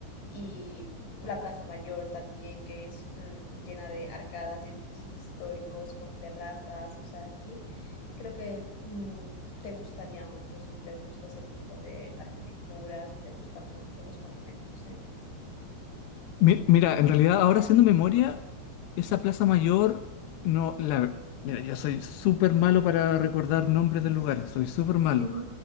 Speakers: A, on the left; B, on the left.
A: y la Plaza Mayor también, que es mm, llena de arcadas y edificios históricos con terrazas. O sea, aquí creo que mm, te gustaría mucho si te gusta ese tipo de arquitectura, si te gustan mucho los monumentos, ¿eh?
B: Mi- mira, en realidad ahora haciendo memoria, esa Plaza Mayor, no, la, mira, yo soy súper malo para recordar nombres
A: <laughs>
B: de lugares, soy súper malo.
A: Sí.